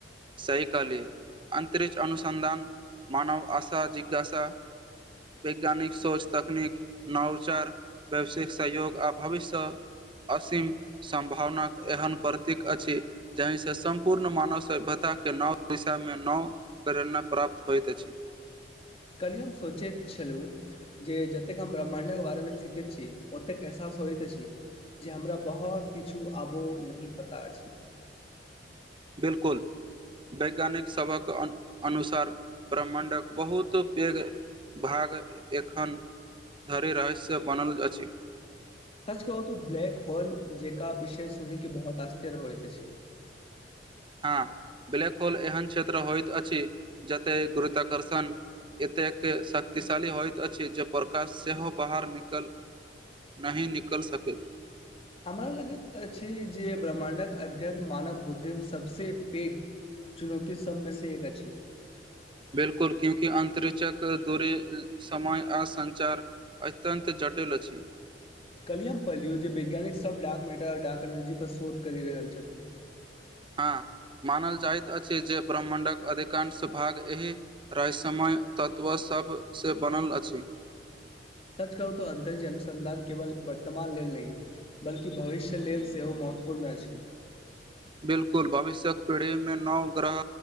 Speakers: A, on the right; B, on the left.
A: सही कहलियै अन्तरिक्ष अनुसन्धान मानव आशा जिज्ञासा वैज्ञानिक सोच तकनीक नवोचार व्यवसायिक सहयोग आ भविष्यसँ असीम सम्भावनाक एहन प्रतीक अछि जहि से सम्पूर्ण मानव सभ्यता के नव दिशामे नओ प्रेरणा प्राप्त होइत अछि
B: कल्ही हम सोचेत छलूं जे जतेक हम ब्रह्माण्ड के बारेमे सीखैत छी ओतेक एहसास होइत अछि जे हमरा बहुत किछु आबो नहि पता अछि
A: बिलकुल वैज्ञानिक सभक अन अनुसार ब्रह्मण्डक बहुत पैघ भाग एखन धरि रहस्य बनल अछि
B: सच कह ओ तऽ ब्लैक होल जेका विषय सुनकि बहुत आश्चर्य होइत छी
A: हँ ब्लैक होल एहन क्षेत्र होइत अछि जते गुरुत्वाकर्षण एतेक शक्तिशाली होइत अछि जे प्रकाश सेहो बाहर निकल नहि निकलि सकैत
B: हमरा लगैत छै जे ब्रह्मडक अध्ययन मानव बुद्धिमे सबसँ पैघ चुनौती सबमे से एक अछि
A: बिलकुल क्यूँकी अन्तरिक्षक दूरी समय आ संञचार अत्यन्त जटील छी
B: कलियए हम पहिलियौ जे वैज्ञानिक सब डाक मेटर डाक एनर्जी पर शोध करि रहल छथिन
A: हँ मानल जाइत अछि जे ब्रह्मण्डक अधिकांश भाग एहि रहसय मय तत्व सभसँ बनल अछि
B: सच कहू तो अंतरिक्ष अनुसंधान केवल वर्तमान लेल नहि बल्कि भविष्य लेल सेहो महत्वपूर्ण अछि
A: बिल्कुल भविष्य्यक पीढ़ी में नव ग्रह